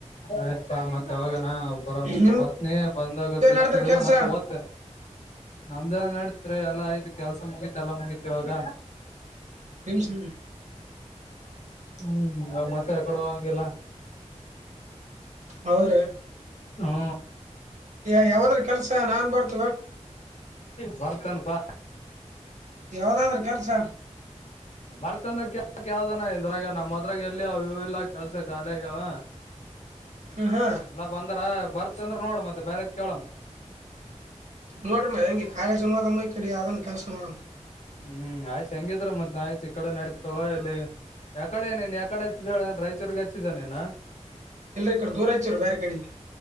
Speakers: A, on the left (about 65°); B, on the right (about 75°).
A: ಆಯ್ತಾ ಮತ್ತೆ ಅವಾಗ. ನಾ ಬರ
B: ನಿಮ್ದ
A: ಬರ್ತನಿ ಬಂದಾಗ
B: ಏನ್
A: ಸಿಗ್ತದಿಲ್ಲ
B: ನಡ್ದ್ರಿ ಕೆಲ್ಸ
A: ಮತ್ತೆ ಓದ್ತ. ಇದ ನಡತ್ರಿ ಎಲ್ಲಾ ಆಯ್ತು ಕೆಲ್ಸ ಮುಗೀತಿ ಎಲ್ಲಾ ಮುಗೀತಿವಾಗ
B: ತ್ <unintelligible>
A: ಹ್ಮ್ ಮತ್ತೆ ಕೊಡುವಾಂಗಿಲ್ಲ
B: ಹೌದ್ರಿ
A: ಹ್ಮ
B: ಯ ಯಾವದ್ರ ಕೆಲ್ಸ ನಾನ್ ಬರ್ತ
A: ಬರ್ತನ ಪಾ
B: ಯಾವ್ದಾದ್ರ ಕೆಲ್ಸ
A: ಬರ್ತಂದ ಕ ಯಾವ್ದಾನ ಇದ್ರಾಗ ನಮ್ಮ್ ಮದ್ರಾಗ ಎಲ್ಲಿ ಇ ಇಲ್ಲ ಕೆಲ್ಸ ಖಾಲಿ ಆಗ್ಯಾವ
B: ಹ್ಮ್ ಹಾ
A: ನಾ ಬಂದ್ರ ಬರ್ತಂದ್ರ ನೋಡ ಮತ್ತೆ ಬೇರೆದ ಕೇಳಮ್ಮ
B: ನೋಡರೀ ಮಾ ಹೆಂಗೆ ಕಾಲೇಜ್ ಉನ್ವಾದೇ ಕಡಿ ಕೆಲಸ ನೋಡ
A: ಹ್ಮ್ ಆಯ್ತು ಹೆಂಗಿದ್ರ ಮತ್ ನ ಆಯ್ತು ಈ ಕಡೆ ನಡೀ ತಗೊಳ್ಳಲೆ. ಯಾಕಡೆನೇನ್ ಯಾಕಡೆ ಹಚ್ಚಿದಾಳ ರಾಯಚೂರ್ರಿಗೆ ಹಚ್ಚಿದ್ದಾನೇನಾ
B: ಎಲ್ರಿ ಈಕಡೆ ದೂರಚ್ಚಾರ ಬೇರೆ ಕಡೆಗೆ